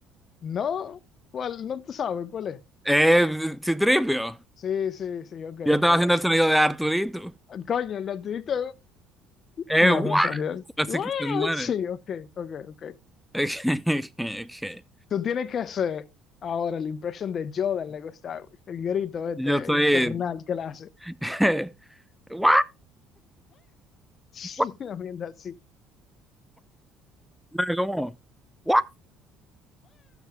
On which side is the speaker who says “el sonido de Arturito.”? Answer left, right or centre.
Centre